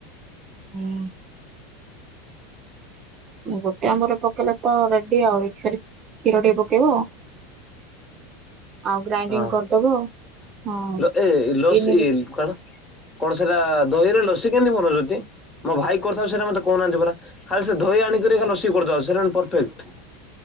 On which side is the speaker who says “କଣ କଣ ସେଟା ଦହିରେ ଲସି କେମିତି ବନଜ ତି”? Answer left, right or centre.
Left